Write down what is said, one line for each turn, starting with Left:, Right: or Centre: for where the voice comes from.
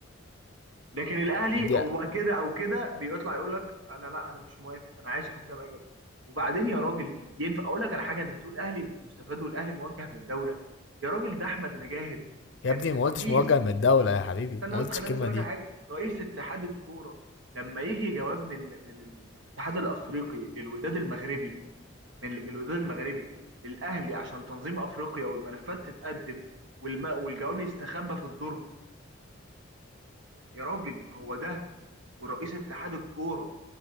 Right: لكن الاهلي
Left: دي
Right: هو كده او كده بيطلع يقول لك انا لا انا مش موافق انا عايز حكام اجانب وبعدين يا راجل ينفع اقول لك على حاجه انت بتقول الاهلي مستفاد والاهلي موجه من الدوله يا راجل ده احمد مجاهد كان
Left: يا ابني
Right: كان
Left: ما قلتش
Right: رئيس
Left: موجه من الدوله يا حبيبي
Right: است- استنى
Left: ما قلتش
Right: بس خلينا
Left: الكلمه
Right: بس اقول
Left: دي
Right: لك على حاجه رئيس اتحاد الكوره لما يجي جواب من من ال- من الاتحاد الافريقي للوداد المغربي من من الوداد المغربي للاهلي عشان تنظيم افريقيا والملفات تتقدم والم... والجواب يستخبى في الدرج يا راجل هو ده ورئيس اتحاد الكوره